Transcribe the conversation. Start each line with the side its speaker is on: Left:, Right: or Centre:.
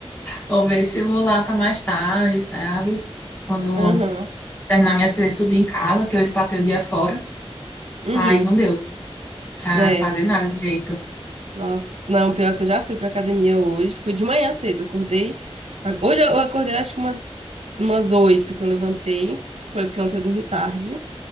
Left: Vou ver se eu vou lá para mais tarde, sabe? Quando eu
Right: Aham.
Left: terminar minhas coisas tudo em casa, que hoje passei o dia fora.
Right: Uhum.
Left: Aí não deu pra
Right: É.
Left: fazer nada direito.
Right: Nossa. Não, pior que eu já fui pra academia hoje. Fui de manhã cedo. Acordei. a- Hoje eu acordei acho que umas, umas 8 que eu levantei. Foi porque ontem eu dormi tarde.